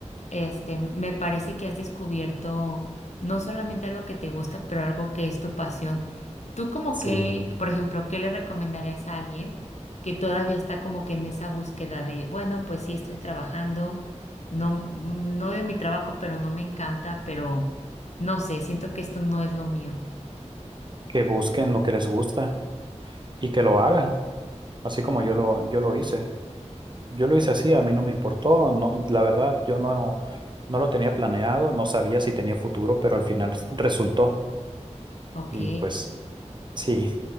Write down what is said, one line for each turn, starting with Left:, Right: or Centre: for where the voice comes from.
Left: este, me parece que has descubierto no solamente algo que te gusta, pero algo que es tu pasión. Tú como
Right: sí.
Left: que, por ejemplo, ¿qué le recomendarías a alguien que todavía está como que en esa búsqueda de, bueno, pues sí estoy trabajando, no, no odio mi trabajo, pero no me encanta, pero no sé, siento que esto no es lo mío.
Right: que busquen lo que les gusta y que lo hagan, así como yo lo, yo lo hice. Yo lo hice así, a mí no me importó, no, la verdad, yo no, no lo tenía planeado, no sabía si tenía futuro, pero al final s- resultó.
Left: Ok.
Right: Y pues sí,